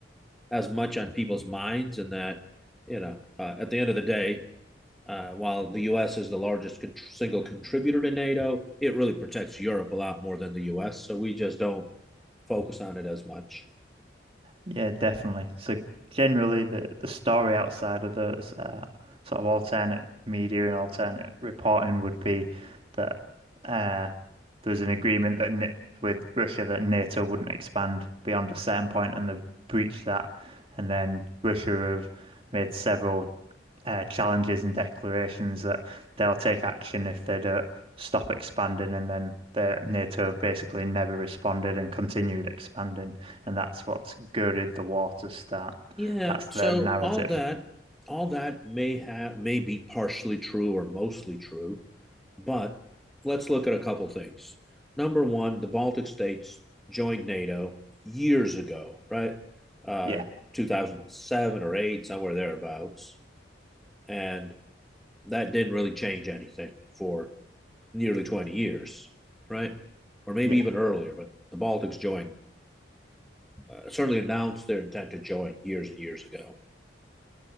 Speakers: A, in the centre; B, on the right (about 30°).
A: as much on people's minds, and that you know, uh, at the end of the day, uh, while the U.S. is the largest con- single contributor to NATO, it really protects Europe a lot more than the U.S. So we just don't focus on it as much.
B: Yeah, definitely. So generally, the the story outside of those uh, sort of alternate media and alternate reporting would be that uh, there was an agreement that N with Russia that NATO wouldn't expand beyond a certain point, and they breached that, and then Russia have made several uh, challenges and declarations that they'll take action if they don't stop expanding, and then the NATO basically never responded and continued expanding, and that's what's girded the war to start.
A: Yeah,
B: That's the
A: so
B: narrative.
A: all that all that may have may be partially true or mostly true, but let's look at a couple things. Number one, the Baltic states joined NATO years ago, right? Uh,
B: Yeah,
A: 2007 or 8, somewhere thereabouts, and that didn't really change anything for nearly 20 years, right? Or maybe
B: yeah,
A: even earlier, but the Baltics joined, uh, certainly announced their intent to join years and years ago.